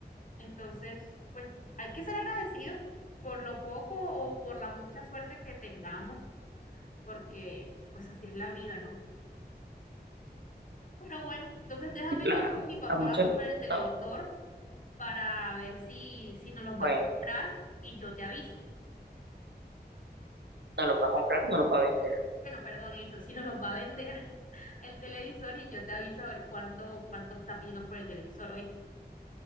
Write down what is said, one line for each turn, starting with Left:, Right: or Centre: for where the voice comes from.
Left: Entonces, pues hay que ser agradecidos por lo poco o por la mucha suerte que tengamos, porque pues así es la vida, ¿no? Pero bueno, entonces déjame
Right: Sí, claro,
Left: yo hablo con mi papá
Right: a muchos,
Left: sobre el televisor
Right: no.
Left: para ver si, si nos los va
Right: bueno,
Left: a comprar y yo te aviso.
Right: no lo va a comprar o no lo va a vender.
Left: Bueno, perdón, eso, si no los va a vender <laughs> el televisor y yo te aviso a ver cuánto, cuánto está pidiendo por el televisor, ¿oíste?